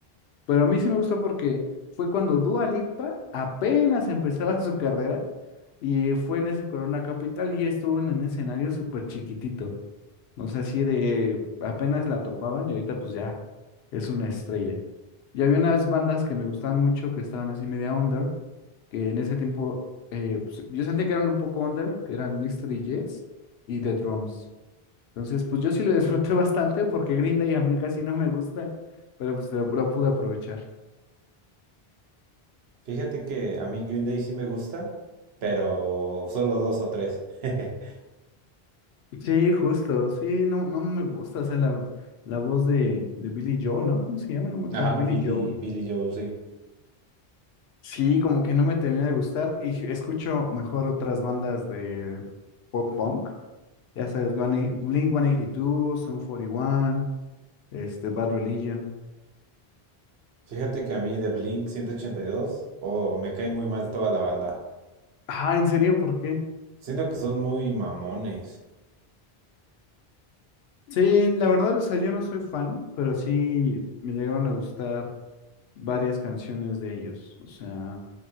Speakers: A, on the left; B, on the right.
A: Pero a mí sí me gustó porque fue cuando Dua Lipa apenas empezaba <laughs> su carrera y fue en ese Corona Capital y estuvo en un escenario súper chiquitito. O sea, así de apenas la topaban y ahorita pues ya es una estrella. Y había unas bandas que me gustaban mucho que estaban así media under, que en ese tiempo eh, pues, yo sentí que eran un poco under, que eran Mystery Jets y The Drums. Entonces, pues yo sí lo <laughs> disfruté bastante porque Green Day a mí casi no me gusta, pero pues lo, lo pude aprovechar.
B: Fíjate que a mí Green Day sí me gusta, pero solo dos o tres. <laughs>
A: Sí, justo, sí, no, no me gusta, o sea, la, la voz de, de Billy Joel, ¿no? ¿Cómo se llama? No me acuerdo,
B: Ajá,
A: Billy
B: Billy,
A: Joe.
B: Billy Joel, sí.
A: Sí, como que no me termina de gustar y escucho mejor otras bandas de pop punk. Ya sabes, Blink 182, Sum 41, este, Bad Religion.
B: Fíjate que a mí de Blink 182, oh, me cae muy mal toda la banda.
A: Ah, ¿en serio? ¿Por qué?
B: Siento que son muy mamones,
A: Sí, la verdad, o sea, yo no soy fan, pero sí me llegaron a gustar varias canciones de ellos. O sea,